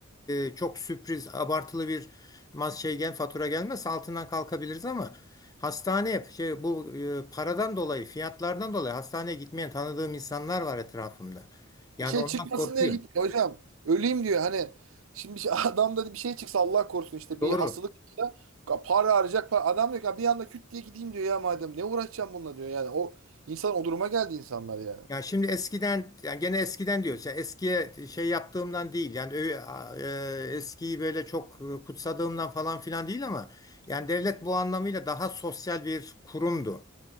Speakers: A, on the left; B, on the right.
A: e, çok sürpriz abartılı bir mas şey gel fatura gelmez altından kalkabiliriz ama hastane şey bu e, paradan dolayı fiyatlardan dolayı hastaneye gitmeyen tanıdığım insanlar var etrafımda. Yani
B: Bir şey
A: ondan
B: çıkmasın
A: korkuyorum.
B: diye gitmiyor hocam. Öleyim diyor. Hani şimdi bir şey, <laughs> adamda bir şey çıksa Allah korusun işte bir
A: Doğru.
B: hastalık çıksa ka- para arayacak. Para. Adam diyor ki "Ha, bir anda küt diye gideyim diyor ya madem. Ne uğraşacağım bununla diyor yani. O insan o duruma geldi insanlar ya.
A: Ya şimdi eskiden yani gene eskiden diyoruz. Yani eskiye şey yaptığımdan değil. Yani ö- a- e, eskiyi böyle çok e, kutsadığımdan falan filan değil ama yani devlet bu anlamıyla daha sosyal bir kurumdu.